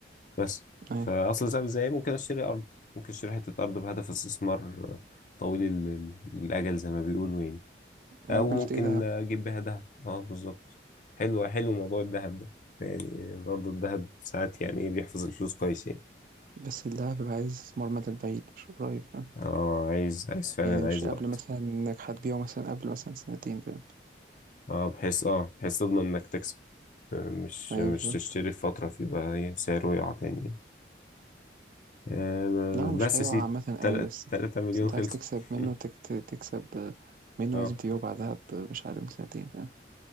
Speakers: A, on the left; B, on the right.
A: بس
B: أيوه.
A: فاصل صعب ازاي ممكن اشتري ارض ممكن اشتري حته ارض بهدف استثمار طويل ال- ال- الاجل زي ما بيقولوا يعني
B: أنا
A: او
B: ما كنتش
A: ممكن
B: تلاقي دهب،
A: اجيب بيها ذهب اه بالظبط حلو حلو موضوع الذهب ده يعني برضه الذهب ساعات يعني إيه بيحفظ الفلوس كويس يعني
B: بس الدهب بيبقى عايز استثمار مدى البعيد مش قريب فاهم،
A: اه عايز عايز فعلا
B: يعني مش
A: عايز
B: قبل
A: وقت
B: مثلًا إنك هتبيعه مثلًا قبل مثلًا سنتين فاهم،
A: اه بحيث اه بحيث تضمن انك تكسب آه، مش
B: أيوه
A: مش
B: بالضبط.
A: تشتري في فترة فيبقى إيه سعره يقع تاني يعني. آه،
B: لأ هو مش
A: بس
B: هيقع
A: يا سيدي
B: عامةً
A: تلاتة
B: أوي بس
A: تلاتة مليون
B: بس أنت
A: خلصوا
B: عايز تكسب منه
A: <laughs>
B: تك ت تكسب آه، منه
A: اه
B: لازم تبيعه بعدها ب مش أقل من سنتين فاهم،